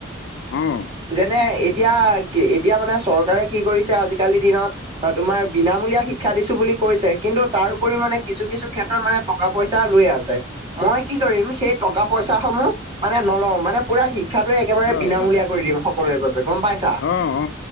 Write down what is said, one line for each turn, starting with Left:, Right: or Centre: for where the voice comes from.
Left: অ'
Right: যেনে এতিয়া কি এতিয়া মানে চৰকাৰে কি কৰিছে আজিকালিৰ দিনত বা তোমাৰ বিনামূলীয়া শিক্ষা দিছো বুলি কৈছে কিন্তু তাৰউপৰিও মানে কিছু কিছু ক্ষেত্ৰত মানে টকা পইচা লৈ আছে মই কি কৰিম সেই টকা পইচা সমূহ মানে নলও মানে পুৰা শিক শিক্ষাটোৱে একেবাৰে
Left: হয়
Right: বিনামূলীয়া
Left: হয়
Right: কৰি দিম সকলোৰে বাবে গম পাইছা
Left: অ অ